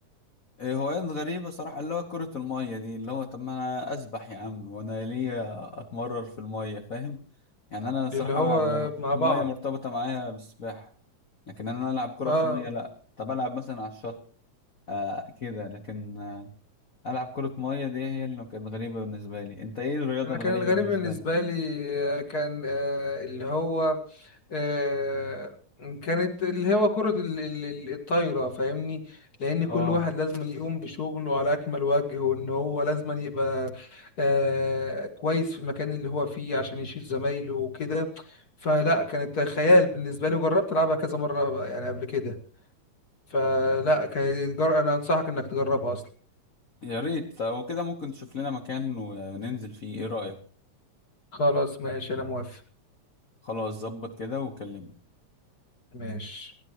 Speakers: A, on the left; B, on the left.
A: إيه، هوايات غريبة صراحة اللي هو كرة المية دي اللي هو طب ما أنا أسبح يا عم وأنا ليا أتمرر في المية فاهم يعني أنا صراحة
B: اللي هو
A: لو
B: مع
A: المية
B: بعض
A: مرتبطة معايا بالسباحة لكن أنا ألعب كرة
B: اه
A: في المية لأ طب ألعب مثلا على الشط آه كده لكن آه ألعب كرة مية دي هي اللي كانت غريبة بالنسبة لي أنت إيه الرياضة
B: انا
A: الغريبة
B: كان الغريب
A: بالنسبة
B: بالنسبة
A: لي؟
B: لي آه، كان آه، اللي هو آه، كانت اللي هو كرة ال- ال- ال- الطايرة فاهمني لأن كل
A: آه
B: واحد لازم يقوم بشغله على أكمل وجه وإن هو لازم يبقى آه، كويس في المكان اللي هو فيه عشان يشيل زمايله وكده فلا كانت خيال بالنسبة لي وجربت ألعبها كذا مرة يعني قبل كده فلا كانت جر... أنا أنصحك إنك تجربها أصلا
A: يا ريت لو كده ممكن تشوف لنا مكان وننزل فيه إيه رأيك؟
B: خلاص ماشي أنا موافق
A: خلاص ظبط كده وكلمني
B: ماشي